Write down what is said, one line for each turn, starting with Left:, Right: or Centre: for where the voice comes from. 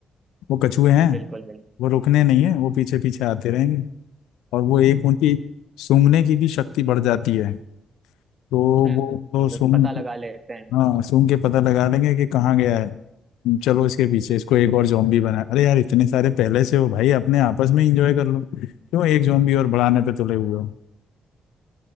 Left: वो कछुए हैं
Right: बिल्कुल बिल्कुल
Left: वो रुकने नहीं है वो पीछे पीछे आते रहेंगे और वो एक उनकी सूंघने की भी शक्ति बढ़ जाती है तो
Right: हम्म
Left: वो
Right: हम्म
Left: तो
Right: हम्म,
Left: सूंघ
Right: पता लगा लेते हैं
Left: हाँ सूंघ के पता लगा लेंगे कि कहाँ गया है हम्म, चलो इसके पीछे इसको एक और जॉम्बी बना अरे यार इतने सारे पहले से हो भाई अपने आपस में इंजॉय कर लो क्यों एक जॉम्बी और बढ़ाने पे तुले हुए हो